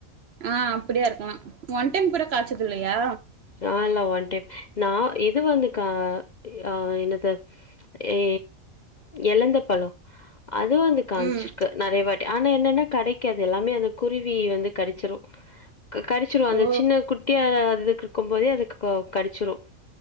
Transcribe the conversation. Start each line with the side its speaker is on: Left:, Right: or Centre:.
Right: ஆ அப்படியா இருக்கலாம் ஒன் டைம் கூட காய்ச்சது இல்லையா
Left: ஆ இல்ல ஒன் டைம் நான் இது வந்து கா ஆ என்னது ஏ எழந்த பழம் அதுவும் வந்து காச்சிருக்கு
Right: ம்
Left: நறைய வாட்டி ஆனா என்னன்னா கடைக்காது எல்லாமே அது குருவி வந்து கடிச்சிரும் கடிச்சிரு அந்த
Right: ஓ
Left: சின்ன குட்டியா அது இருக்கும் போதே அது கடிச்சிரும்